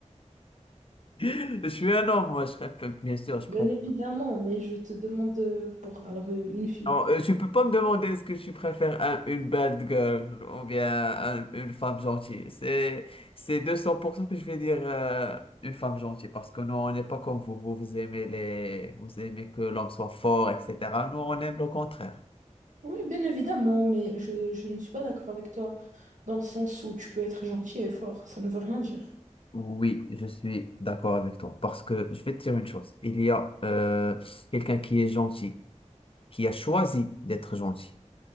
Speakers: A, on the left; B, on the right.
A: Je suis un homme, moi, je préfère, bien sûr, je
B: Bien
A: préfère.
B: évidemment, mais je te demande euh, pour alors euh, une fille.
A: Non, euh, tu peux pas me demander est-ce que je préfère un- une bad girl ou bien un- une femme gentille. C'est, c'est 200% que je vais dire euh, une femme gentille parce que nous, on n'est pas comme vous. Vous, vous aimez les, vous aimez que l'homme soit fort, etc. Nous, on aime le contraire.
B: Oui, bien évidemment, mais je, je ne suis pas d'accord avec toi dans le sens où tu peux être gentil et fort, ça ne veut rien dire.
A: Oui, je suis d'accord avec toi parce que je vais te dire une chose. Il y a euh, quelqu'un qui est gentil, qui a choisi d'être gentil.